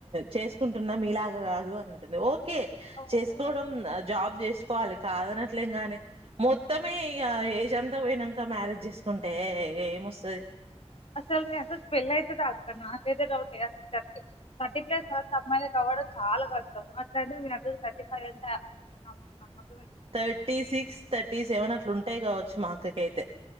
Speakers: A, on the right; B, on the left.
A: చేసుకుంటున్నాం మీలాగ కాదు అనిండు ఓ ఓకే
B: చేసుకుంటామో
A: చేసుకోవడం జాబ్ చేసు కోవాలి కాదనట్లేం గాని మొత్తమే ఇక ఏజ్ అంతా పోయినాక మ్యారేజ్ చేసుకుంటే ఏమొస్తది
B: అసలు మీ అక్కకి పెళ్ళైతదా అక్క నాకసలు డౌట్ థర్టీ ప్లస్ అమ్మాయిలు కావడ చాలా కష్టం అట్లాంటే మీగ థర్టీ ఫైవ్ అంతా అమ్ నమ్ం
A: థర్టీ సిక్స్ థర్టీ సెవెన్ అట్లు ఉంటాయి కావచ్చు మాకు కేతే